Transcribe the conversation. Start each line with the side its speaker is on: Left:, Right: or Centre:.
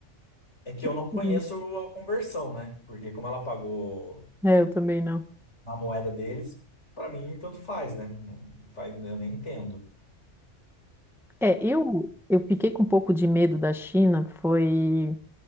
Left: É que
Centre: Que
Left: eu não
Centre: curioso.
Left: conheço a conversão, né? Porque como ela pagou
Centre: É, eu também não.
Left: na moeda deles, pra mim tanto faz, né? Não faz, eu nem entendo.
Centre: É, eu eu fiquei com um pouco de medo da China, foi